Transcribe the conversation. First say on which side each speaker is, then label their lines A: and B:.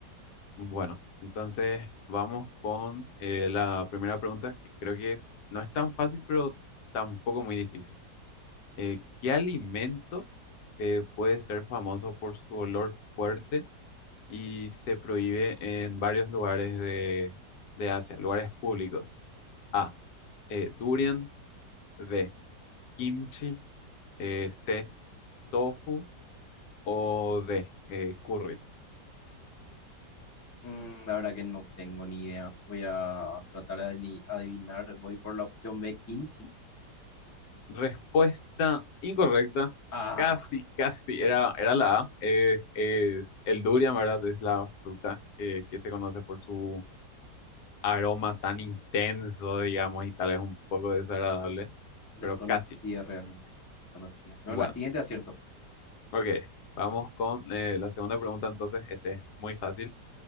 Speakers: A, on the left (about 75°); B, on the left (about 15°).
A: Bueno, entonces vamos con eh, la primera pregunta que creo que no es tan fácil, pero tampoco muy difícil. Eh, ¿qué alimento eh, puede ser famoso por su olor fuerte y se prohíbe en varios lugares de, de Asia, lugares públicos? A. eh, durian, B, kimchi, eh, C, tofu o D, eh, curry.
B: Mm, la verdad que no tengo ni idea. Voy a tratar de adini- adivinar. Voy por la opción B, kimchi.
A: Respuesta incorrecta,
B: Ah,
A: casi, casi, era, era la A. eh, es el durian, ¿verdad? Es la fruta eh, que se conoce por su aroma tan intenso, digamos, y tal vez un poco desagradable,
B: desconocía
A: pero casi.
B: realmente. Desconocía. Pero
A: Bueno,
B: la siguiente acierto.
A: ok, vamos con eh, la segunda pregunta entonces, este es muy fácil.